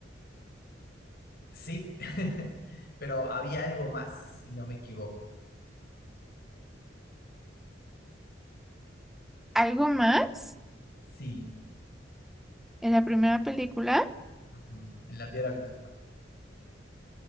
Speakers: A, on the left; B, in the centre.
A: Sí, <laughs> pero había algo más, si no me equivoco.
B: ¿Algo más
A: Sí,
B: en la primera película?
A: ujú, en la piedra filosofal.